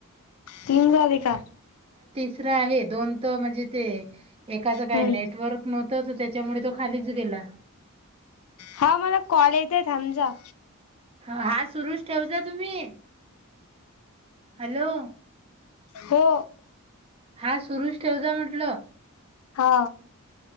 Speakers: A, on the left; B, on the right.
A: तीन झाले का?
B: दुसरा आहे दोन त म्हणजे ते एखाद काय
A: हम्म
B: नेटवर्क नव्हत. त्याच्यामुळे तो खालीच गेला.
A: हा मला कॉलेे येतोय थांबआहे समजा.
B: हा सुरुच ठेव जा तुम्ही हॅलो.
A: हो.
B: हा सुरुच ठेव जा म्हटलं.
A: हा.